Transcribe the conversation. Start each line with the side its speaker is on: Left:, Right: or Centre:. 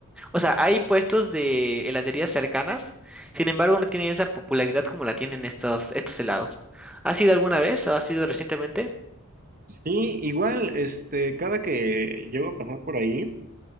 Centre: o sea, hay puestos de heladerías cercanas, sin embargo no tienen esa popularidad como la tienen estos, estos helados. ¿Has ido alguna vez o has ido recientemente?
Right: Sí, igual, este, cada que llego a pasar por ahí,